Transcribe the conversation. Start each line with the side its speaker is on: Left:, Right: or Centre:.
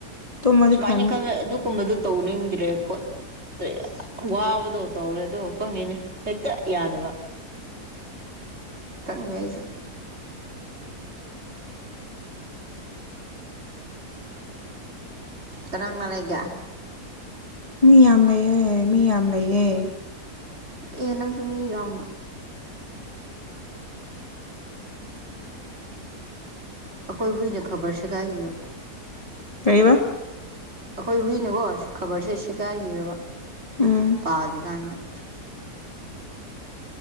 Left: ꯇꯨꯝꯃꯗꯤ
Right: ꯁꯨꯃꯥꯏꯅ
Left: ꯐꯅꯤ
Right: ꯈꯪꯔꯦ ꯑꯗꯨꯒꯨꯝꯕꯗꯨ ꯇꯧꯅꯤꯡꯗ꯭ꯔꯦ ꯑꯩꯈꯣꯏ <unintelligible> ꯋꯥꯕꯗꯣ ꯇꯧꯔꯦ ꯑꯗꯨꯒ ꯈꯪꯗꯦꯅꯦ ꯍꯦꯛꯇ ꯌꯥꯗꯕ ꯈꯪꯗꯦ ꯑꯩꯁꯨ ꯀꯅꯥꯥ ꯀꯅꯥ ꯂꯩꯒꯦ
Left: ꯃꯤ ꯌꯥꯝ ꯂꯩꯌꯦ ꯃꯤ ꯌꯥꯝ ꯂꯩꯌꯦ
Right: ꯑꯦ ꯅꯪꯁꯨ ꯃꯤ ꯌꯥꯝ ꯑꯩꯈꯣꯏ ꯍꯨꯏꯅ ꯈꯕꯔ ꯁꯦꯒꯥꯏꯕꯤꯌ
Left: ꯀꯕꯥ
Right: ꯑꯩꯈꯣꯏ ꯍꯨꯏꯅꯀꯣ ꯈꯕꯔꯁꯦ ꯁꯦꯒꯥꯏꯕꯤꯔꯕ
Left: ꯎꯝ
Right: ꯄꯥꯗ꯭ꯔꯤꯀꯥꯟꯗ <inaudible>